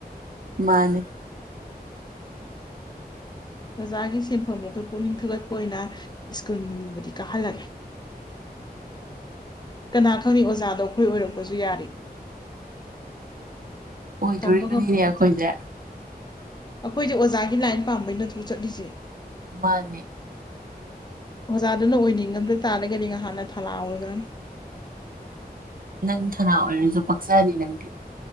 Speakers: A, on the right; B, on the left.
A: ꯃꯥꯅꯦ
B: ꯑꯣꯖꯥꯒꯤ ꯁꯤꯟꯐꯝꯕꯨ ꯑꯩꯈꯣꯏ ꯄꯨꯛꯅꯤꯡ ꯊꯧꯒꯠꯄ ꯑꯣꯏꯅ ꯁ꯭ꯀꯨꯜꯕꯨꯗꯤ ꯀꯥꯍꯜꯂꯒꯦ ꯀꯅꯥ ꯈꯪꯅꯤ ꯑꯣꯖꯥꯗꯣ ꯑꯩꯈꯣꯏ ꯑꯣꯏꯔꯛꯄꯁꯨ ꯌꯥꯔꯤ
A: ꯑꯣꯏꯗꯣꯔꯤꯕꯅꯤꯅꯦ
B: ꯇꯝꯕ ꯉꯝꯕꯥ ꯅꯠꯇꯦ
A: ꯑꯩꯈꯣꯏꯁꯦ
B: ꯑꯩꯈꯣꯏꯖꯦ ꯑꯣꯖꯥꯒꯤ ꯂꯥꯏꯟ ꯄꯥꯝꯕꯩ ꯅꯠꯇ꯭ꯔꯣ ꯆꯠꯂꯤꯁꯦ
A: ꯃꯥꯅꯦ
B: ꯑꯣꯖꯥꯗꯨꯅ ꯑꯣꯏꯅꯤꯡꯉꯝꯗ ꯇꯥꯔꯒꯗꯤ ꯉꯍꯥꯟꯅ ꯊꯥꯂ ꯑꯣꯒ꯭ꯔꯅꯤ
A: ꯅꯪ ꯊꯅꯥ ꯑꯣꯏꯔꯁꯨ ꯄꯛꯆꯅꯤ ꯅꯪꯗꯤ